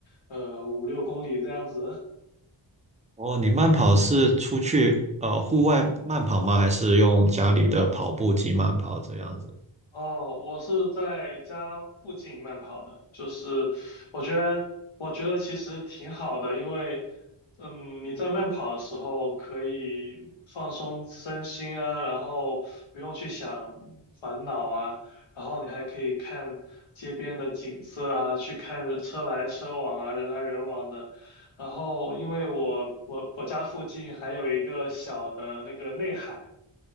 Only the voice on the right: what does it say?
哦，你慢跑是出去呃户外慢跑吗？还是用家里的跑步机慢跑这样子？